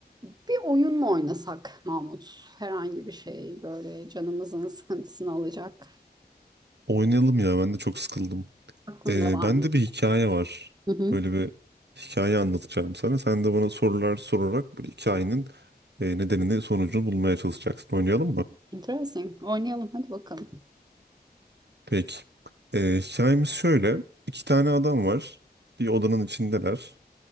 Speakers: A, on the right; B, on the right.
A: Bir oyun mu oynasak Mahmut? Herhangi bir şey böyle canımızın sıkıntısını alacak.
B: Oynayalım ya ben de çok sıkıldım.
A: Aklında
B: Ee,
A: var
B: bende
A: mı?
B: bir hikaye var.
A: Hı hı.
B: Böyle bir hikaye anlatacağım sana. Sen de bana sorular sorarak bu hikayenin e, nedenini sonucunu bulmaya çalışacaksın. Oynayalım mı?
A: Interesting. Oynayalım hadi bakalım.
B: Peki. Ee, hikayemiz şöyle. İki tane adam var. Bir odanın içindeler.